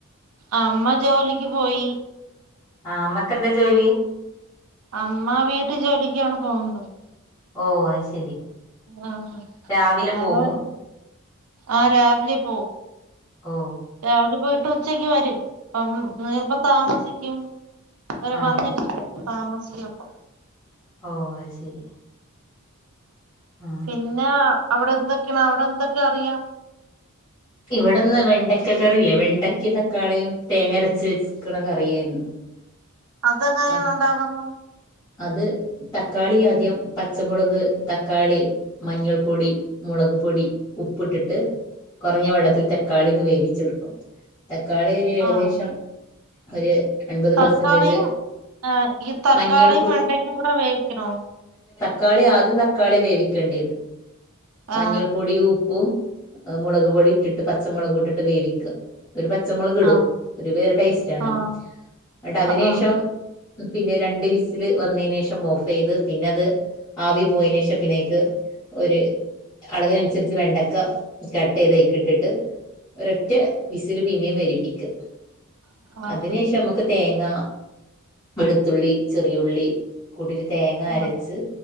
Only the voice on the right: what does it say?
അമ്മ ജോലിക്ക് പോയി
അമ്മ വീട്ടു ജോലിക്കാണ് പോകുന്നത്
ആ
വേറെ ആ രാവിലെ പോം
രാവിലെ പോയി പ്പ ഉച്ചക്ക് വരും അപ്പം നീർപ്പ താമസിക്കും തുവരെ
വന്നിട്ടില്ല താമസിക്കും അപ്പം
പിന്നെ അവിടെ എന്തൊക്കെയാണ് അവിടെ എന്തൊക്കെ അറിയാം
അതെങ്ങനെ
ഉണ്ടാകുന്നോ
ആഹ്
തക്കാളിയും
ആഹ് ഈ തക്കാളിയും
വെണ്ടയ്ക്കും കൂടെ വേവിക്കണോ
ആഹ്
ആഹ്
ആഹ്
ആഹ്
ആഹ്
ആഹ്